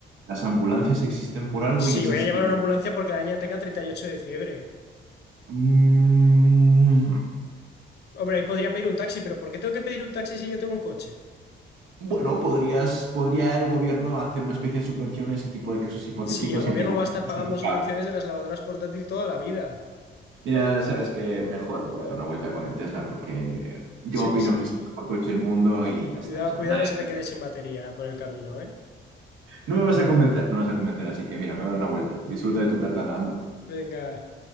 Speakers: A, on the right; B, on the left.
A: Las ambulancias existen por algo
B: Sí,
A: y eso
B: voy
A: sí
B: a llamar
A: que
B: a una ambulancia porque la niña tenga 38 de fiebre.
A: Mm,
B: Hombre, ahí podría pedir un taxi, pero ¿por qué tengo que pedir un taxi si yo tengo un coche?
A: Bueno, podrías, podría el gobierno hacer una especie de subvención en ese tipo de casos hipotéticos
B: Sí, el gobierno
A: siempre y cuando
B: va a estar
A: sea justificado.
B: pagando subvenciones de las lavadoras portátil toda la vida.
A: Mira, sabes que mejor me voy a dar una vuelta con el Tesla porque yo
B: Sí,
A: opino
B: sí.
A: que es el mejor coche del mundo y ya
B: Cuidado,
A: está. O sea,
B: cuidado,
A: nadie-
B: no se te
A: me-
B: quede sin batería por el camino, ¿eh?
A: No me vas a convencer, no me vas a convencer, así que mira, me voy a dar una vuelta. Disfruta de tu tartana, anda.
B: Venga.